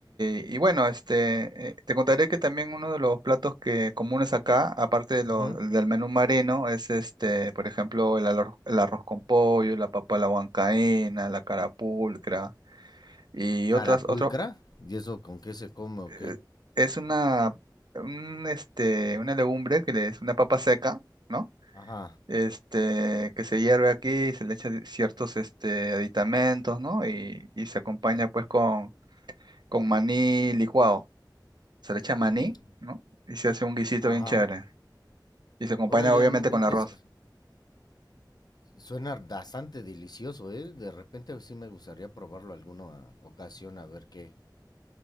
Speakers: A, on the right (about 65°); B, on the left (about 60°).
A: y, y bueno, este, eh, te contaré que también uno de los platos que comunes acá, aparte de lo-
B: Ujú.
A: del menú marino, es este, por ejemplo, el, arroz el arroz con pollo, la papa a la huancaína, la carapulcra y
B: Carapulcra.
A: otras, otros
B: ¿Y eso con qué se come o
A: eh,
B: qué?
A: es una, un, este, una legumbre que le- es una papa seca, ¿no?
B: Ajá,
A: Este, que se hierve aquí, se le echa di- ciertos, este, aditamentos, ¿no? Y, y se acompaña
B: sí.
A: pues con, con maní licuado. Se le echa maní,
B: Mm,
A: ¿no? Y se hace un guisito
B: Ajá.
A: bien chévere. Y se acompaña
B: Órale,
A: obviamente
B: no inventes.
A: con arroz.
B: Suena bastante delicioso, ¿eh? De repente sí me gustaría probarlo alguna ocasión a ver qué,